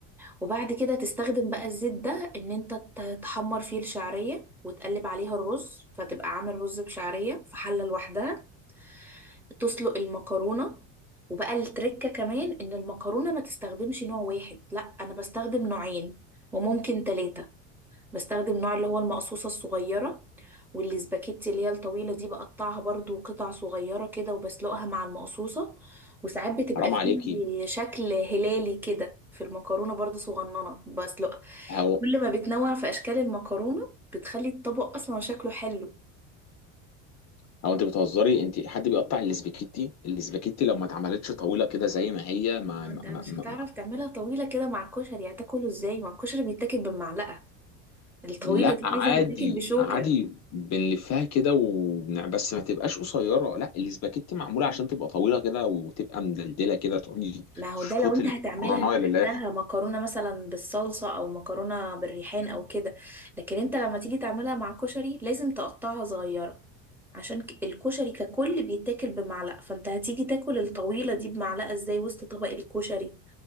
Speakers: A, in the centre; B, on the left.
A: وبعد كده تستخدم بقى الزيت ده ان انت ت- تحمر فيه الشعرية وتقلب عليها الرز فتبقى عامل رز بشعرية في حلة لوحدها تسلق المكرونة وبقى التركة كمان ان المكرونة ما تستخدمش نوع واحد لا انا بستخدم نوعين وممكن ثلاثة بستخدم نوع اللي هو المقصوصة الصغيرة والسباكيتي اللي هي الطويلة دي بقطعها برضو قطع صغيرة كده وبسلقها مع المقصوصة وساعات بتبقى
B: حرام
A: فيه
B: عليكي
A: شكل هلالي كده في المكرونة برضو صغننة بسلقها
B: هو
A: كل ما بتنوع في أشكال المكرونة بتخلي الطبق أصلا شكله حلو
B: هو انت بتهزري انت حد بيقطع الاسباجيتي الاسباجيتي لو ما اتعملتش طويله كده زي ما هي ما,
A: ما
B: ما,
A: انت
B: ما,
A: مش
B: ما
A: هتعرف تعملها طويلة كده مع الكشري هتاكله ازاي ما الكشري بيتاكل بالمعلقة الطويلة
B: لا
A: دي
B: عادي
A: عايزة تتاكل بشوكة
B: عادي بنلفها كده وبنع بس ما تبقاش قصيره لا الاسباجيتي معموله عشان تبقى طويله كده وتبقى مدلدله كده تقولي
A: ما هو
B: تشفط
A: ده لو انت
B: المكرونه
A: هتعملها
B: للاخر
A: لوحدها مكرونة مثلا بالصلصة او مكرونة بالريحان او كده لكن انت لما تيجي تعملها مع كشري لازم تقطعها صغيرة عشان ك- الكشري ككل بيتاكل بمعلقة فانت هتيجي تاكل الطويلة دي بمعلقة ازاي وسط طبق الكشري